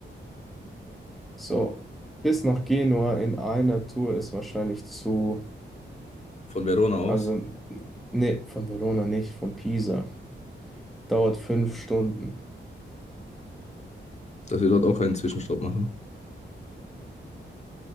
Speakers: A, in the centre; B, on the left.
A: so bis nach Genua in einer Tour ist wahrscheinlich zu,
B: Von Verona aus,
A: also nee, von Verona nicht, von Pisa. Dauert fünf Stunden.
B: dass wir dort auch einen Zwischenstopp machen.